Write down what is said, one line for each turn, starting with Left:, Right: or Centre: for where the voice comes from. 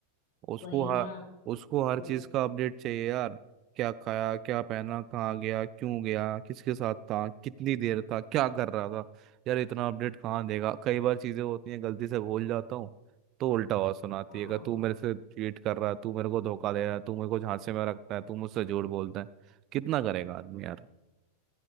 Right: उसको
Left: वही
Right: हर
Left: ना
Right: उसको हर
Left: तो
Right: चीज का अपडेट चाहिए यार क्या खाया क्या पहना कहाँ गया क्यों गया किसके साथ था कितनी देर था क्या कर रहा था यार इतना अपडेट कहाँ देगा कई बार चीजें होती हैं गलती से भूल जाता हूँ तो उल्टा आवाज सुनाती
Left: हाँ
Right: है कि तू मेरे से चीट कर रहा है तू मेरे को धोखा दे रहा है तू मेरे को झांसे में रखता है तू मुझसे झूठ बोलता है कितना करेगा आदमी यार